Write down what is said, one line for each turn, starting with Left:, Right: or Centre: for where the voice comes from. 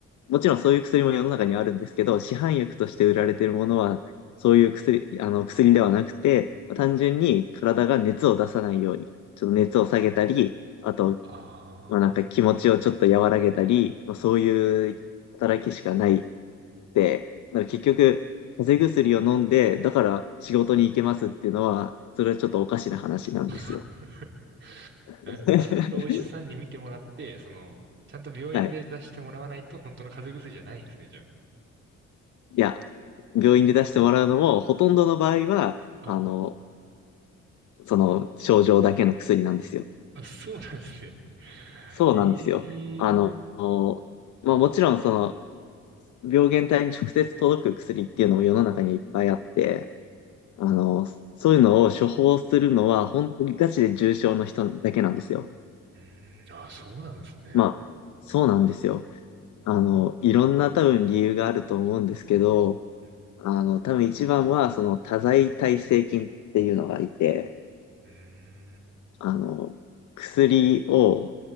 Left: もちろんそういう薬も世の中にはあるんですけど、市販薬として売られてるものは、そういう薬、あの薬ではなくて、単純に体が熱を出さないように、ちょっと熱を下げたり、あと、
Right: ああ。
Left: まあなんか気持ちをちょっと和らげたり、まあそういう働きしかないって、だから結局、風邪薬を飲んで、だから仕事に行けますっていうのは、それはちょっとおかしな話なんですよ。
Right: <laughs>
Left: <laughs>
Right: なるほど。ちゃんとお医者さんに診てもらって、その、ちゃんと病院で出してもらわないと本当の風邪薬じゃないんですね、
Left: はい。
Right: じゃ
Left: いや、病院で出してもらうのも、ほとんどの場合は、
Right: あ。
Left: あの、その症状だけの薬なんですよ。
Right: あ、そうなんですね。
Left: そうなんですよ。
Right: いい。
Left: あの、まあもちろんその病原体に直接届く薬っていうのも世の中にいっぱいあって、あの、そういうのを処方するのは本当にガチで重症の人だけなんですよ。
Right: うんあ、そうなんですね。
Left: まあ、そうなんですよ。あの、いろんな多分理由があると思うんですけど、
Right: うんう
Left: あの、多分一番はその多剤耐性菌っていうのがいて、
Right: んうん
Left: あの、薬を